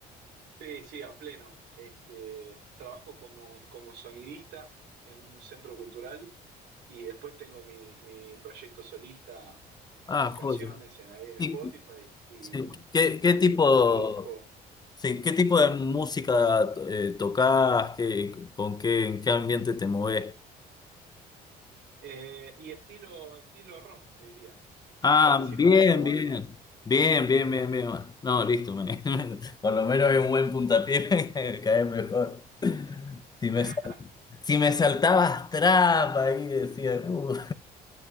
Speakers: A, on the right; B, on the left.
A: Sí, sí, a pleno. Este, trabajo como, como sonidista en un centro cultural y después tengo mi, mi proyecto solista con
B: Ah,
A: mis canciones
B: joya.
A: en, ahí en
B: Sí,
A: Spotify y,
B: sí. ¿Qué, qué
A: y
B: tipo...
A: produzco.
B: Sí, ¿qué tipo de música eh, tocas? ¿Qué, con qué, en qué ambiente te mueves?
A: Eh, y estilo, estilo rock, te diría,
B: Ah,
A: como así
B: bien,
A: para englobarlo.
B: bien. Bien, bien, bien, bien. No, listo. me- <laughs> Por lo menos hay un buen puntapié, <laughs> me cae mejor. Si me,
A: <laughs>
B: sal- si me saltabas trap ahí, decía. uh.